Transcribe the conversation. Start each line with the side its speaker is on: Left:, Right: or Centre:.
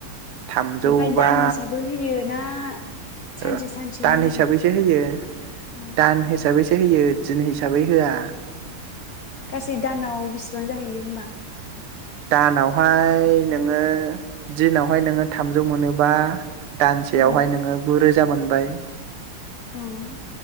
Right: थामजौ
Left: ओमफ्राय
Right: बा
Left: दान हिसाबै होयो ना सानसे
Right: ओ
Left: सानसेयैनो
Right: दान
Left: होयो
Right: हिसाबैसो होयो
Left: अ
Right: दान हिसाबै होयो दिन हिसाबै होआ
Left: गासै दानाव बेसेबां जाहैयो होमबा
Right: दानावहाय नोङो दिनावहाय नोङो थामजौ मोनोबा दानसेयावहाय
Left: औ
Right: नोङो रोजा मोनबाय
Left: औ